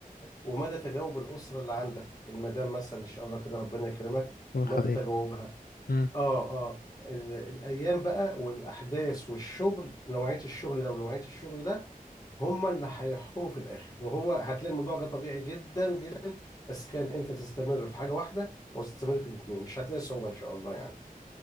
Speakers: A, on the left; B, on the left.
A: ومدى تجاوب الأسرة اللي عندك المدام مثلا إن شاء الله كده ربنا يكرمك
B: الله
A: متى
B: يخليك
A: تجاوبها
B: مم.
A: آه آه ال... الأيام بقى والأحداث والشغل نوعية الشغل ده ونوعية الشغل ده هما اللي هيحكموا في الآخر وهو هتلاقي الموضوع ده طبيعي جدا جدا بس كان أنت تستمر في حاجة واحدة أو تستمر في الاتنين مش هتلاقي صعوبة إن شاء الله يعني